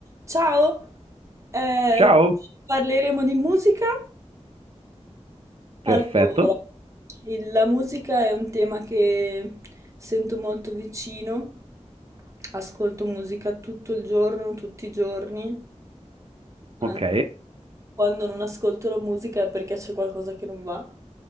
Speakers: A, on the right; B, on the right.
A: Ciao, eh,
B: Ciao,
A: parleremo di musica.
B: perfetto,
A: Allora, il- la musica è un tema che sento molto vicino. Ascolto musica tutto il giorno, tutti i giorni. Anzi,
B: ok,
A: Quando non ascolto la musica è perché c'è qualcosa che non va.